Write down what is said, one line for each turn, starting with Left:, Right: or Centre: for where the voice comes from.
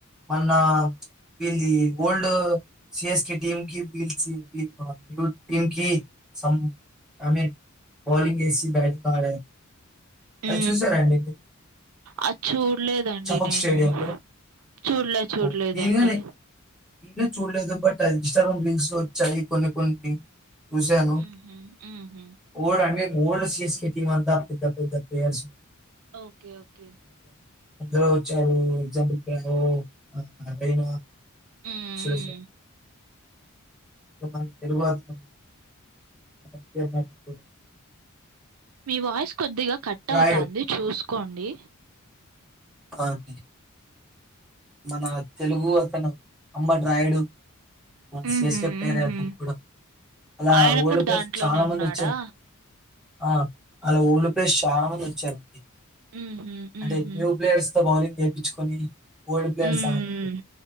Centre: మన్న ప్చ్ వీళ్ the old CS K team కి వీ పిలిచి <unintelligible> టీమ్కి సం ఆమె బౌలింగ్ ఏసి బ్యాటింగ్ ఆడారు. అది
Right: ఊ
Centre: చూసారా అండి మీరు?
Right: అది చూడలేదండి
Centre: చపక్
Right: నేను
Centre: స్టేడియంలో.
Right: చూడలే చూడలేదండి.
Centre: ఓహ్! నేను గాని నేను చూడలేదు. బట్ అది ఇన్స్టాగ్రామ్ రీల్స్ వచ్చాయి కొన్ని కొన్ని చూసాను
Right: మ్హూ మ్హూ
Centre: ఓడు అండి మీ ఓల్డ్ సిఎస్కె టీమ్ అంతా పెద్ద పెద్దల్ ప్లేయర్సు
Right: ఓకే ఓకే
Centre: అందరూ వచ్చారు ఎగ్జాంపుల్ ఒ ఆ రైనా
Right: మ్మ్
Centre: సోయ్ సోయ్ ఇగ మనకు రాదు మరి అందుకే నటింపెను
Right: మీ వాయిస్ కొద్దిగా కట్
Centre: రాయుడు
Right: అవుతంది చూసుకోండి
Centre: ఆని మన తెలుగు అతను అంబటి రాయుడు మన సిఎస్కే
Right: మ్హూ
Centre: ప్లేయర్ ఏ
Right: మ్హూ
Centre: అతను కూడా అలా
Right: ఆయన
Centre: ఓల్డ్
Right: కూడా
Centre: ప్లేయర్స్
Right: దాంట్లోనే
Centre: చాలా మంది
Right: ఉన్నాడా
Centre: వచ్చారు ఆ అలా ఊళ్లు ప్లస్ చాలా మంది వచ్చారండి
Right: మ్హూ మ్హూ
Centre: అంటే న్యూ ప్లేయర్స్ తో బౌలింగ్ చే ఇచ్చుకొని ఓల్డ్ ప్లేయర్స్
Right: మ్మ్
Centre: ఆడారు